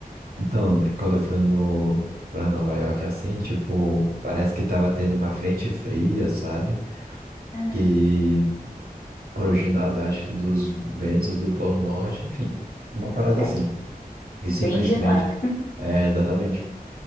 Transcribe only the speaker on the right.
Então, quando eu fui no, pra Nova York, assim, tipo, parece que tava tendo uma frente fria, sabe?
Que originada, acho que dos ventos do Polo Norte, enfim, uma parada
assim. E simplesmente,
é, exatamente.